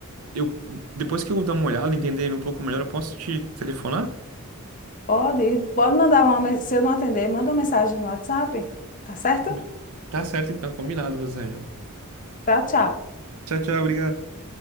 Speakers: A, on the right; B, on the left.
A: Eu, depois que eu dar uma olhada, entender ele um pouco melhor, eu posso te telefonar?
B: pode, pode mandar uma, men- se eu não atender, manda uma mensagem no WhatsApp, tá certo?
A: Be- Tá certo, então, combinado, Rosângela.
B: Tchau, tchau.
A: Tchau, tchau. Obrigado.